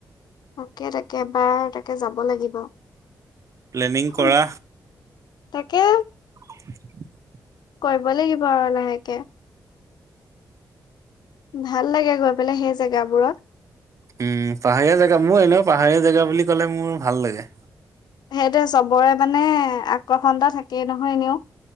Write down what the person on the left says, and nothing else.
তাকে-তাকে, এবাৰ তাকে যাব লাগিব।
উম,
তাকে
কৰিব লাগিব আৰু লাহেকে ভাল লাগে গৈ পেলাই সেই জেগাবোৰত
সেইটোৱে চবৰে মানে আকৰ্ষণ এটা থাকেই নহয় এনেও।